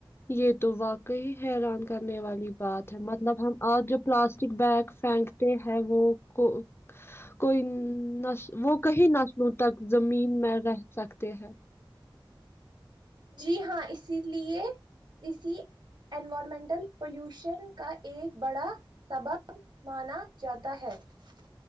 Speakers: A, on the left (about 30°); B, on the right (about 60°).
A: یہ تو واقعی حیران کرنے والی بات ہے مطلب ہم آج جو پلاسٹک بیگ پھینکتے ہیں وہ <unintelligible> کو <inaudible> کوئی نس وہ کئی نسلوں تک زمین میں رہ سکتے ہے <unintelligible>
B: جی ہاں اسی لیے اسی انوائارمنٹل پلیوشن کا ایک بڑا سبب مانا جاتا ہے <unintelligible>